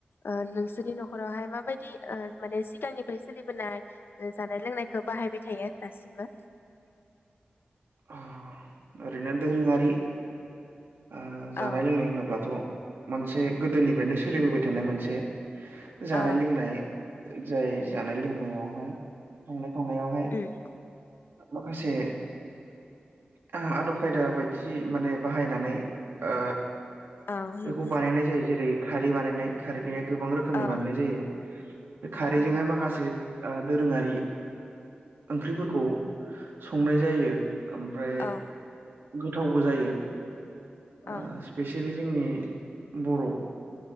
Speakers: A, on the left (about 75°); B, on the right (about 85°).
A: ओ नोंसोरनि न'खरावहाय माबायदि ओ माने सिगांनिफ्राय सोलिबोनाय ओ जानाय लोंनायखौ बाहायबाय थायो दासिमबो।
B: अ ओरैनो दोरोङारि ओ जानाय
A: औ
B: लोंनाय होनोब्लाथ' मोनसे गोदोनिफ्रायनो सोलिबोबाय थानाय मोनसे जानाय
A: औ
B: लोंनाय जाय जानाय लोंनायावहाय संनाय खावनायावहाय
A: <unintelligible>
B: माखासे आहा आदब खायदा बायदि माने बाहायनानै ओ
A: औ नंगौ
B: बेखौ बानायनाय जायो। जेरै खारै बानायनाय खारैनिया गोबां रोखोमनि
A: औ
B: बानायनाय जायो। बे खारैजोंहाय
A: औ
B: माखासे ओ दोरोङारि ओंख्रिफोरखौ संनाय जायो ओमफ्राय
A: औ
B: गोथावबो जायो। ओ
A: औ
B: स्पेसियेलि जोंनि बर'